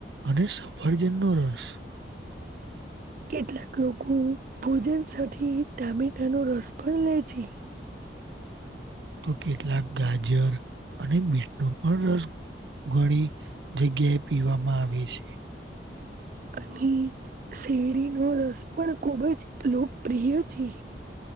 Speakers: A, on the right (about 80°); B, on the right (about 45°).
A: અને સફરજનનો રસ
B: કેટલાક લોકો ભોજન સાથે ટામેટાનો રસ પણ લે છે.
A: તો કેટલાક ગાજર અને બીટનો પણ રસ ઘણી જગ્યાએ પીવામાં આવે છે.
B: અને શેરડીનો રસ પણ ખુબ જ લોકપ્રિય છે.